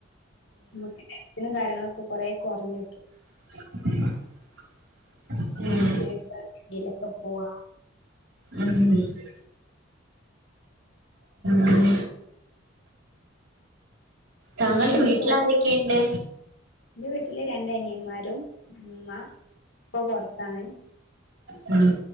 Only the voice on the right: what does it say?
<inaudible> ഉം
ഉം ഉം താങ്കൾടെ
വീട്ട്ല്
ആരൊക്കെ ഇണ്ട്
മ്